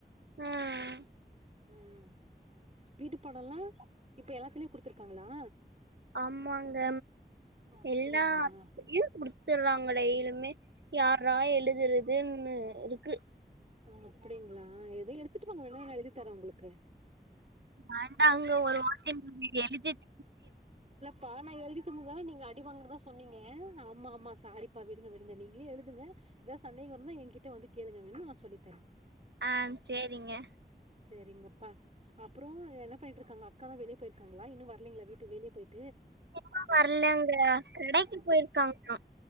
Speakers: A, on the right; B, on the right.
A: ஆஹ்
B: உம் வீட்டுபாடல்லா இப்ப எல்லாத்துலயு குடுத்துருக்காங்களா
A: ஆமாங்க
B: அப்டிங்களா
A: எல்லாத்தையு குடுத்துடுறாங்க டெயிலுமே யார்ரா எழுதுறதுன்னு இருக்கு
B: ஆஹ அப்டிங்ளா எத எடுத்துட்டு வாங்க வேண நா எழுதி தரே உங்ளுக்கு
A: வேண்டாங்க ஒரு வாட்டி நீங்க எழுதி <inaudible>
B: பா நா எழுதந்துதான நீங்க அடிவாங்குநதா சொன்னீங்க ஆமா ஆமா சாரிப்பா விடுங்க விடுங்க நீங்ளே எழுதுங்க ஏதா சந்தேக இருந்தா என்கிட்ட வந்து கேளுங்க வேணுனா நா சொல்லித்தரே
A: ஆஹ் சேரிங்க
B: செரிங்கப்பா அப்றோ எனப் பண்ணிட்ருக்காங்க அக்கால வெளிய பொயிருக்காங்களா இன்னு வர்லிங்ல வீட்டுக்கு வெளிய பொய்
A: இன்னும் வரலங்க கடைக்கு
B: ஆ
A: போய்ருக்காங்காலா